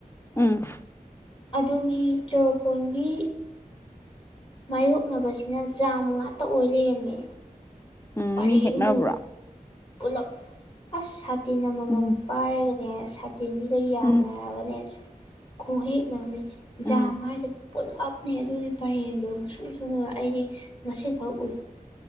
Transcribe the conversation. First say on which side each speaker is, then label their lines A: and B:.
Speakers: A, on the left; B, on the left.
A: ꯎꯝ
B: ꯑꯗꯨꯒꯤ ꯆꯣꯔꯣꯐꯣꯟꯒꯤ ꯃꯥꯌꯣꯛꯅꯕꯁꯤꯅ ꯖꯥꯝ ꯉꯥꯛꯇ ꯑꯣꯏ ꯂꯩꯔꯝꯃꯦ
A: ꯎꯝ
B: ꯄꯔꯦꯡꯗꯨ
A: ꯃꯤ ꯍꯦꯛꯅꯕ꯭ꯔꯣ
B: ꯄꯨꯂꯞ ꯑ꯭ꯁ ꯁꯥꯇꯤꯟ ꯑꯃꯃꯝ
A: ꯎꯝ
B: ꯄꯥꯏꯔ ꯃꯦ ꯁꯥꯇꯤꯟꯗꯨꯗ ꯌꯥꯅꯔꯕꯅꯦ
A: ꯎꯝ
B: ꯈꯨꯍꯦꯛꯅ ꯑꯝꯅꯦ
A: ꯎꯝ
B: ꯖꯥꯝ ꯍꯥꯏꯁꯦ ꯄꯨꯂꯞꯅꯦ ꯑꯗꯨꯒꯤ ꯄꯔꯦꯡꯗꯣ ꯃꯨꯁꯨꯛ ꯃꯨꯁꯨꯛ ꯃꯨꯔꯒ ꯑꯩꯗꯤ ꯉꯁꯤꯈꯛ ꯎꯏ